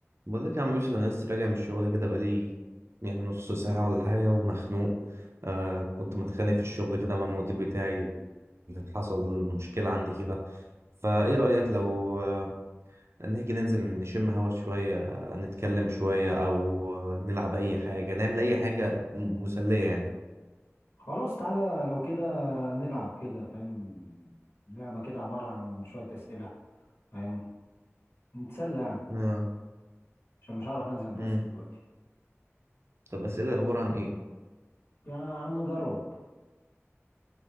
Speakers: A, on the right; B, on the left.
A: بقول لك يا عم يوسف انا لسه راجع من الشغل كده بقالي يعني نص ساعه ولا حاجه ومخنوق آه كنت متخانق في الشغل كده مع المدير بتاعي حصل مشكله عندي كده فايه رايك لو آه نيجي ننزل نشم هوا شويه آه، نتكلم شويه او آه نلعب اي حاجه نعمل اي حاجه م- مسليه يعني
B: خلاص تعالى لو كده نلعب كده فاهم لعبة كده عبارة عن شوية أسئلة فاهم نتسلى يعني
A: اه
B: عشان مش هعرف أنزل بس
A: امم
B: دلوقتي
A: طب اسئله عباره عن ايه
B: يا عم جرب